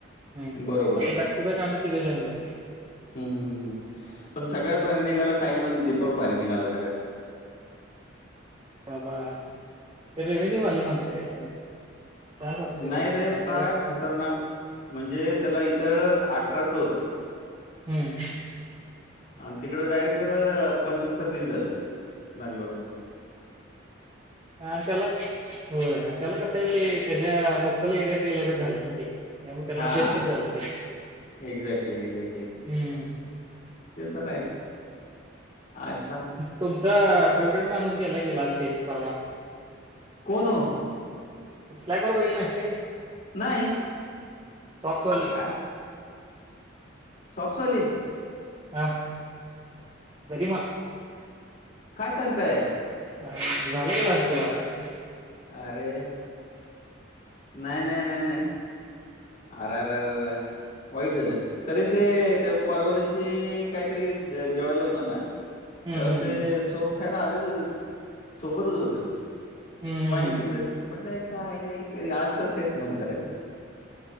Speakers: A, on the right (about 25°); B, on the left (about 45°).
A: हमम
B: बरोबर
A: आता बॅक टू बॅक आम्ही तिघे जॉईन झालतो
B: हम् हम पण सगळ्यात भारी निघाला काही म्हण दीपक भारी निघाला सगळ्यात.
A: मबा रेविन्यूवाली माणस आहे ज काच असते
B: नाही
A: भरपूर
B: रे
A: आपल्याला
B: काय खतरनाक म्हणजे त्याला इथं अठराचं होतं
A: हम्म
B: आणि तिकड डायरेक्ट त्याला पंचवीस का तीस झालं बँंगलोरमध्ये.
A: आणि त्याला हो आणि त्याला कसं आहे ते त्याच्या लोकल एरियात गेल्याच झालंय ना ते त्यामुळे त्याला
B: हां.
A: बेस्टच झालं ते
B: एक्झॅक्टली, एक्झॅक्टली.
A: हम्म.
B: ते तर आहेच आज
A: तुमचा फेवर्हेट माणूस गेला गी लाल डे परवा.
B: कोण ओ?
A: स्लॅब वर बघितलं नाहीस काय?
B: नाही
A: सॉक्सवाली.
B: आहो काय. सॉंक्स वाले
A: हा <unintelligible>
B: काय सांगताय.
A: अ जा लाजवाला
B: अरे नाही नाही नाही नाही.
A: हां.
B: आर आर आर वाईट झालं तरीच ते परवा दिवशी काहीतरी जेवायला होतं ना तेव्हा
A: हं, हं, हं. हं, हं,
B: ते
A: हं.
B: सोप खायला आलेलं सोबतच होते.
A: हं,
B: स्माइल
A: हं,
B: केलं तर म्हटलं चायला आज तरच काय स्माइल कराल.